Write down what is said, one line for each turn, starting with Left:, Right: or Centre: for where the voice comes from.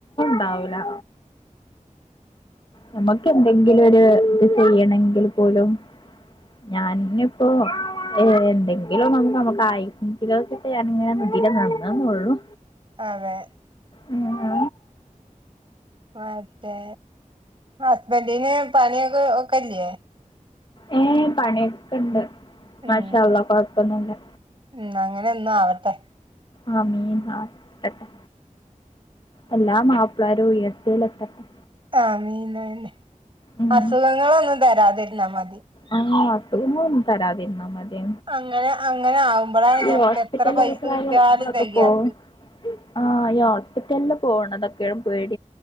Left: താവില നമുക്ക് എന്തെങ്കിലും ഒരു ഇത് ചെയ്യണെങ്കിൽ പോലും ഞാന് ഇപ്പോ.. ഏ എന്തെങ്കിലും നമുക്ക് നമുക്കായിങ്കിലെ ഞാനങ്ങനെ കുട്ടികൾ നന്നാവുള്ളു
Right: അതെ
Left: ഉം ആ
Right: മറ്റേ ഹസ്ബൻഡന് പണിയൊക്കെ ഒക്കല്ല്യേ
Left: ഏ പണിയൊക്കെ ഇണ്ട്
Right: ഉം
Left: മാഷാള്ള കൊഴപ്പൊന്നല്ലാ
Right: ഉം അങ്ങനെന്നും ആവട്ടെ
Left: ആ മീൻ ആ ത്തട്ടേ എല്ലാ മാപ്പിളാരും ഉയർച്ചയിലെത്തട്ടേ
Right: ആമീൻ ന്നെ
Left: ഉം
Right: അസുഖങ്ങളൊന്നും തരാതിരുന്നാ മതി
Left: ആ തരാതിരുന്നാ മതി
Right: അങ്ങനെ അങ്ങനെ ആവുമ്പോഴാണ്
Left: ഈ
Right: ഞമ്മക്ക്
Left: ഹോസ്പിറ്റലക്കൊക്കെ
Right: എത്ര പൈസ
Left: കാര്യങ്ങളൊക്കെ
Right: കിട്ടിയാലും തികയാത്ത
Left: പോകും ആഹ് ഈ ഹോസ്പിറ്റലില് പോണതൊക്കെയും പേടി